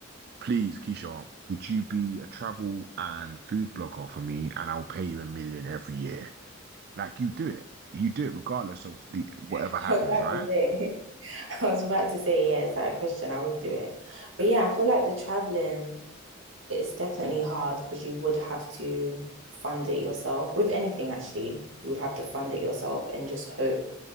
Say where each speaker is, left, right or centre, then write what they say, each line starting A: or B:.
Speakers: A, on the right (about 50°); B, on the right (about 70°).
A: Please, Keisha, would you be a travel and food blogger for me and I'll pay you a million every year? Like you do it. You do it regardless of the whatever
B: <laughs>
A: happens,
B: I was about
A: right?
B: to say, <laughs> I was about to say, yeah, is that a question? I would do it. But yeah, I feel like the traveling is definitely hard because you would have to fund it yourself. With anything, actually, you would have to fund it yourself and just hope